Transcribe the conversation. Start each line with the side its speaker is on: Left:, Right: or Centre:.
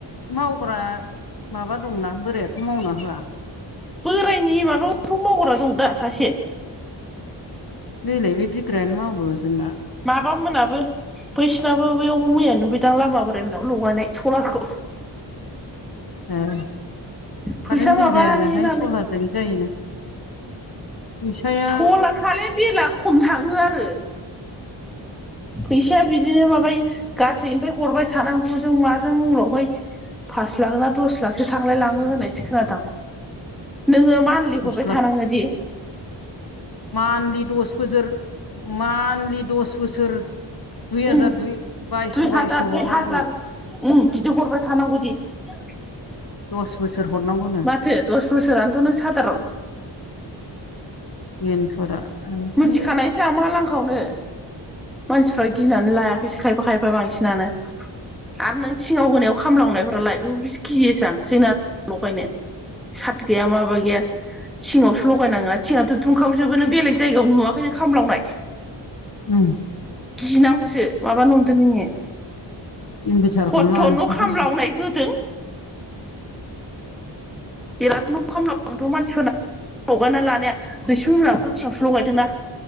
Left: मावग्रा माबा दंना बोरायाथ' मावना होआ।
Centre: बोरायनि माबायावथ' मावग्रा दं दा सासे।
Left: नैलाय बे बिग्रायानो मावो जोंना।
Centre: माबा मोनाबो बैसिनाबो बैयावबो मैया नुुहैदां लामा बोराय मोनाबो लगायनाय सलारखौ।
Left: ए
Centre: फैसा
Left: कारेन्ट
Centre: माबायो
Left: बिल जायानोहाय
Centre: नालाय
Left: सलारजों जायोनो। फैसाया
Centre: सला खाले बिला खम थाङो आरो। फैसाया बिदिनो माबायो गासै ओमफाय हरबाय थानांगौ जों माजों उनावहाय फास लाख ना दस लाखसो थांलाय लाङो होननायसो खोनादां नोङो मान लि
Left: दस
Centre: हरबाय थानाङोदि।
Left: मानलि दस बोजोर मानलि दस बोसोर दुइ हाजार
Centre: उम
Left: दुइ बायस'
Centre: दुइ
Left: बायस'
Centre: हाजार दुइ
Left: हरनांगौनो
Centre: हाजार उम बिदि हरबाय थानांगौदि। आ
Left: दस बोसोर हरनांगौनो
Centre: माथो दस बोसोरानोथ' नों सादारन
Left: बेनोथ' दा आयु
Centre: मिथिखानायसो आं मा लांखायावनो मानसिफ्रा गिनानै लायाखैसो खायफा खायफा बांसिनानो आरो नों थिङाव होनायाव खामलांनायफोरालाय बेखौ बि गियोसो आं जोंना लगायनो सात गैया माबा गैया थिङावसो लगायनाङोना थिङाथ' दुंखावजोबो नों बेलेग जायगायाव नुवाखै नों खामलावनाय
Left: उम
Centre: गिनांगौसो माबा नंदो नोङो
Left: इनभारटारखौनो
Centre: खथ'
Left: लानोसै
Centre: न' खामलावनाय
Left: होनबा
Centre: होदों बिराद न' खामलावजोबदों मानसिफोरना लगायना लानाया रैसुमै मोनाबोथ' थिङावसो लगायदोंना